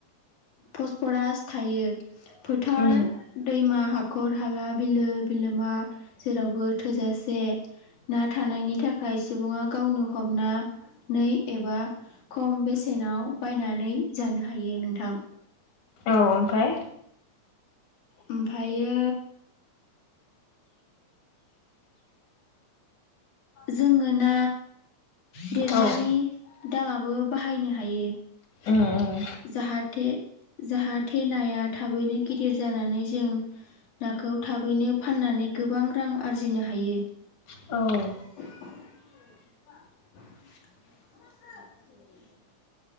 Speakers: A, on the left; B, on the left.
A: पसपरास थायो फोथार
B: उम
A: दैमा हाखर हाला बिलो बिलोमा जेरावबो थोजासे ना थानायनि थाखाय सुबुङा गावनो हमना नै एबा खम बेसेनाव बायनानै जानो हायो नोंथां
B: औ ओमफ्राय
A: ओमफ्रायो जोङो ना देरनायनि
B: औ
A: दामाबो बाहायनो हायो।
B: उम उम
A: जाहा थे जाहाथे नाया थाबैनो गिदिर जानानै जों नाखौ थाबैनो फाननानै गोबां रां आरजिनो हायो।
B: औ
A: <inaudible>